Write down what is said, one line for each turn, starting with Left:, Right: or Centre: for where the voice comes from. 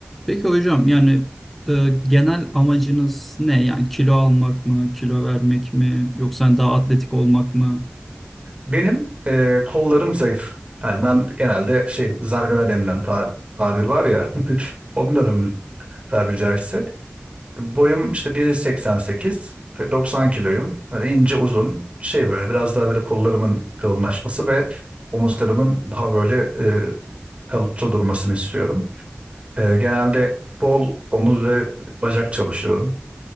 Centre: Peki hocam yani e, genel amacınız ne? Yani kilo almak mı, kilo vermek mi, yoksa hani daha atletik olmak mı?
Right: Benim e, kollarım zayıf. Yani ben genelde şey zargana denilen ta- tabir var ya. <laughs> Onların tabiri caizse. Boyum işte 1.88 ve 90 kiloyum. Böyle ince uzun şey böyle biraz daha böyle kollarımın kalınlaşması ve omuzlarımın daha böyle e, kalıpçı durmasını istiyorum. E, genelde kol, omuz ve bacak çalışıyorum.